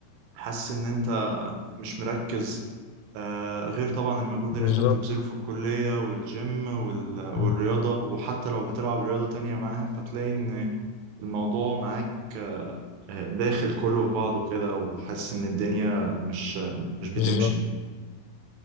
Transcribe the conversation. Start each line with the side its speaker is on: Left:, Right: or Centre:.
Right: حاسس إن أنت مش مركز آه غير طبعا المجهود
Left: بالظبط
Right: اللي أنت بتبذله في الكلية والجيم وال... والرياضة
Left: مم.
Right: وحتى لو بتلعب رياضة تانية معاها فتلاقي إن الموضوع معاك آه، داخل كله في بعضه كده وحاسس إن الدنيا مش مش بتمشي
Left: بالظبط